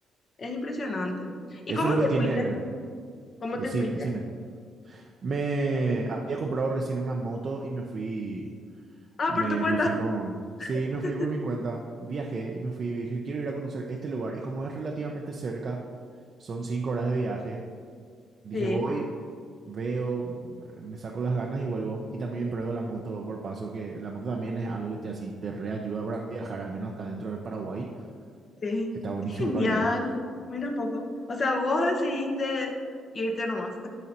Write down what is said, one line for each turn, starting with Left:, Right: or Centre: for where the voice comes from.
Left: Es impresionante. ¿Y
Right: Eso
Left: cómo
Right: es lo
Left: te
Right: que tiene...
Left: fuiste? ¿Cómo te
Right: Sí,
Left: fuiste?
Right: decime. Me había comprado recién una moto y me fui,
Left: Ah,
Right: me,
Left: por tu cuenta.
Right: me fui con, sí, me fui
Left: <laughs>
Right: por mi cuenta, viajé y me fui y dije, quiero ir a conocer este lugar. Y como es relativamente cerca, son cinco horas de viaje, dije,
Left: Sí,
Right: voy, veo, mm, me saco las ganas y vuelvo. Y también pruebo la moto por paso, que la moto también es algo que te, así, te reayuda para viajar, al menos acá dentro del Paraguay,
Left: sí.
Right: está buenísimo
Left: Es genial.
Right: para viajar.
Left: Mira un poco. O sea, vos decidiste irte nomás.